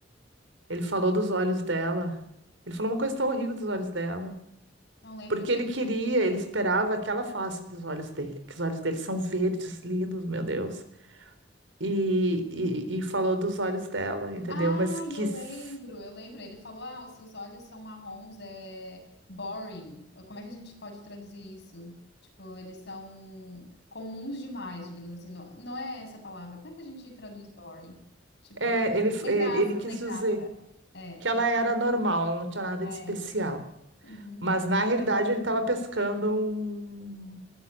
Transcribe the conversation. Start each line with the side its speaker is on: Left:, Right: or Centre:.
Left: Ah,
Right: Ele falou dos olhos dela. Ele falou
Left: não
Right: uma coisa
Left: lembro.
Right: tão horrível dos olhos dela.
Left: Não lembro,
Right: Porque
Left: eu sei
Right: ele queria, ele esperava que ela falasse dos olhos dele, que os olhos dele são verdes, lindos, meu Deus. E, e, e falou dos olhos dela, entendeu?
Left: Ah,
Right: Mas quis.
Left: eu lembro, eu lembro. Ele falou: Ah, os seus olhos são marrons, é boring. Como é que a gente pode traduzir isso? Tipo, eles são comuns demais, digamos assim. Não, não é essa a palavra. Como é que a gente traduz boring? Tipo,
Right: É, ele,
Left: sem
Right: ele,
Left: graça,
Right: ele quis
Left: sem graça.
Right: dizer
Left: É,
Right: que
Left: sem
Right: ela era normal, ela não tinha nada
Left: É.
Right: de especial.
Left: Uhum.
Right: Mas na realidade ele estava pescando um,